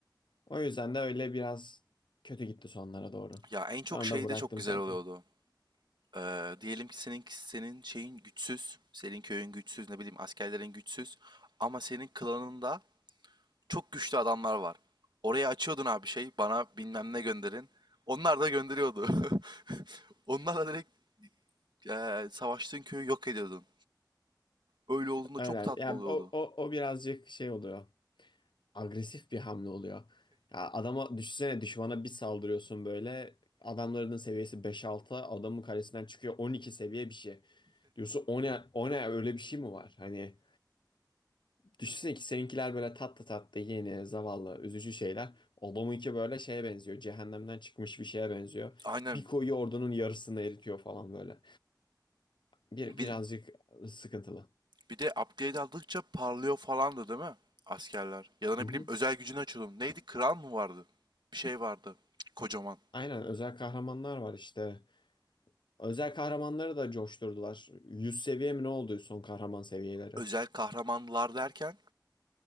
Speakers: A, on the left; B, on the right.
A: O yüzden de öyle biraz kötü gitti sonlara doğru.
B: Ya en çok
A: Sonra
B: şey
A: da bıraktım
B: de çok güzel
A: zaten.
B: oluyordu. Ee, diyelim ki senin senin şeyin güçsüz, senin köyün güçsüz, ne bileyim askerlerin güçsüz ama senin klanında çok güçlü adamlar var. Oraya açıyordun abi şey, bana bilmem ne gönderin. Onlar da gönderiyordu. <laughs> Onlarla direkt eee, savaştığın köyü yok ediyordun. Öyle olduğunda
A: Öyle.
B: çok tatlı
A: Ya
B: oluyordu.
A: o, o, o birazcık şey oluyor. Agresif bir hamle oluyor. Ya adama düşünsene düşmana bir saldırıyorsun böyle. Adamların seviyesi beş altı adamın karesinden çıkıyor 12 seviye bir şey. Diyorsun o ne, o ne öyle bir şey mi var? Hani düşünsene ki seninkiler böyle tatlı tatlı yeni, zavallı, üzücü şeyler. Adamınki böyle şeye benziyor. Cehennemden çıkmış bir şeye benziyor.
B: Aynen.
A: Bir koyuyor ordunun yarısını eritiyor falan böyle. Bir,
B: Bir
A: birazcık sıkıntılı.
B: Bir de upgrade aldıkça parlıyor falandı değil mi? Askerler. Ya da ne
A: Hı
B: bileyim
A: hı.
B: özel gücünü açıyordum. Neydi? Kral mı vardı? Bir şey vardı. Kocaman.
A: Aynen özel kahramanlar var işte. Özel kahramanları da coşturdular. 100 seviye mi ne oldu son kahraman seviyeleri?
B: Özel kahramanlar derken